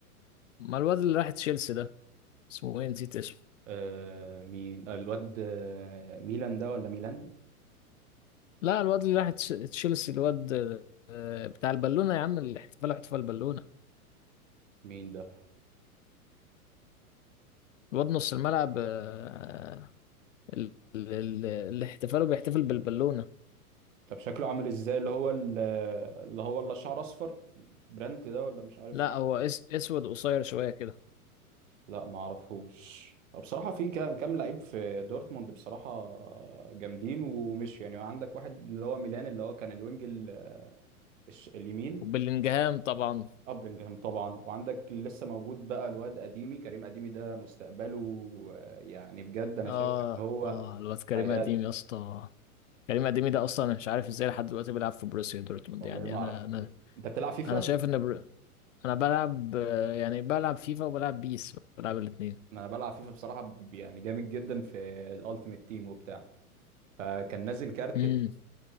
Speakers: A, on the left; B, on the right.
A: ما الواد اللي راح تشيلسي ده اسمه ايه نسيت اسمه
B: آه مين آه، الواد آه، ميلان ده ولا ميلان ده
A: لا الواد اللي راح تش- تشيلسي الواد آه، بتاع البالونه يا عم الاحتفال احتفال بالونه
B: مين ده
A: الواد نص الملعب آه، ال- ال- ال- اللي احتفاله بيحتفل بالبالونه
B: طب شكله عامل ازاي اللي هو ال- اللي هو اللي شعر اصفر برانت ده ولا مش عارف
A: لا هو اس- اسود قصير شويه كده
B: لا ما اعرفوش بصراحه في كام كام لعيب في دورتموند بصراحه جامدين ومش يعني عندك واحد اللي هو ميلان اللي هو كان الوينج ال- آه، الش- اليمين
A: وبلينجهام طبعا
B: ابرنجهام طبعا وعندك اللي لسه موجود بقى الواد قديمي كريم قديمي ده مستقبله آه، يعني بجد انا
A: اه
B: شايف ان هو
A: اه الواد كريم
B: هيأدي
A: اديم يا اسطى كريم اديمي ده اصلا انا مش عارف ازاي لحد دلوقتي بيلعب في بروسيا دورتموند
B: والله
A: يعني
B: ما
A: انا
B: اعرف
A: انا
B: انت بتلعب فيفا
A: انا شايف ان برو... انا بلعب آه، يعني بلعب فيفا وبلعب بيس بلعب الاثنين
B: انا بلعب فيفا بصراحه ب- يعني جامد جدا في الالتيميت تيم وبتاع فكان نازل كارت
A: امم
B: ال-